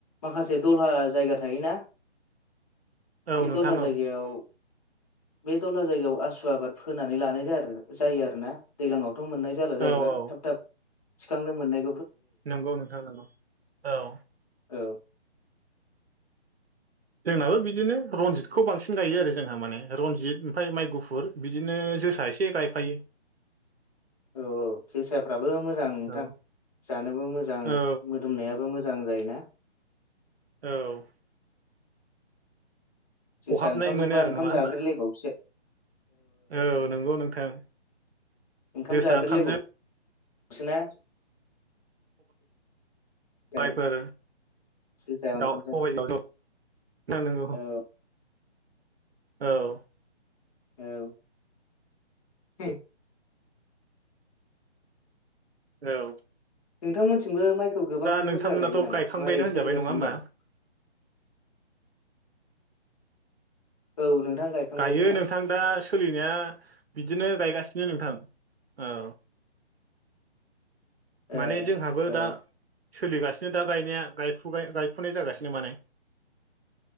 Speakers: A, on the left (about 35°); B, on the right (about 60°).
A: माखासे दह्ला जायगा थायोना।
B: औ
A: बे
B: नोंथां
A: दलहा जायगायाव
B: औ
A: बे दलला जायगायाव आसु आबाद फोनानै लानाय जायो आरोना दैलांयाव मोननाय जाला जाहैबाय
B: औ औ
A: थाब थाब थिखांनो मोननाय
B: नंगौ नोंथां नंगौ औ
A: औ
B: जोंनाबो बिदिनो रनजितखौ बांसिन गायो आरो जोंहा माने रनजित ओमफ्राय माइ गुफुर बिदिनो जो साफोर एसे गायफायो।
A: <inaudible> औ औ जोसाफ्राबो मोजां नोंथां
B: औ
A: जानोबो मोजां
B: औ
A: मोदोमनायाबो मोजां मोजां जायोना
B: औ
A: जोसा
B: खहाबनाय
A: ओंखामजोंबा
B: मोनो आरो
A: ओंखाम
B: नङा होमबा
A: जाब्रेलायबावसो
B: औ नंगौ नोंथां
A: ओंखाम
B: जोसा
A: जाब्रेलायबावसो
B: ओंखामजों
A: ना जोसा
B: सबाइफोर
A: जोसा ओंखामजों
B: दाउजों सबाय
A: औ
B: <unintelligible> औ
A: औ
B: औ
A: नोंथांमोनथिं थिंबो माइखौ गोबां
B: नोंथांमोनाथ'
A: बुरजा गायो नामा
B: गायखांबायानो
A: मारै
B: होनजाबाय
A: सोलिगासिनो
B: नङा होमबा
A: दं औ नोंथां गायखांबाय
B: गायो
A: जोंहा
B: नोंथां दा सोलिनाया बिदिनो गायगासिनो नो नोंथां औ
A: ए
B: माने जोंहाबो
A: औ
B: दा। सोलिगासिनो दा गायनाया गायफुनाय जागासिनो माने।